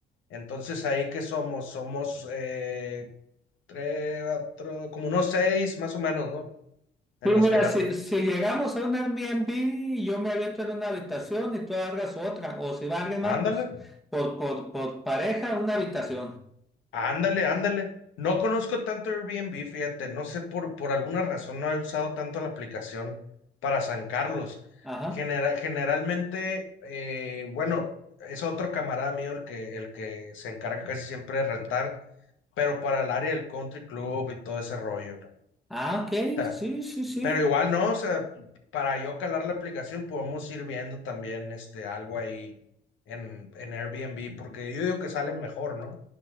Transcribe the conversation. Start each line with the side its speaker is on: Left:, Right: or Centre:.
Left: Entonces, ¿ahí que somos? Somos eh, tres, cuatro, como unos seis más o menos, ¿no? En
Centre: Sí, mira,
Left: los que las...
Centre: si, si llegamos a un Airbnb y yo me aviento en una habitación y tú abras otra, o si va alguien más,
Left: Ándale,
Centre: pues por, por, por pareja una habitación.
Left: ándale, ándale. No conozco tanto Airbnb, fíjate, no sé, por, por alguna razón no he usado tanto la aplicación para San Carlos.
Centre: Ajá.
Left: Genera- generalmente, eh, bueno, es otro camarada mío el que, el que se encarga casi siempre de rentar, pero para el área del country club y todo ese rollo,
Centre: Ah, ok,
Left: ¿no?
Centre: sí, sí, sí.
Left: Pero igual no, o sea, para yo calar la aplicación podemos ir viendo también este algo ahí en, en Airbnb, porque yo digo que salen mejor, ¿no?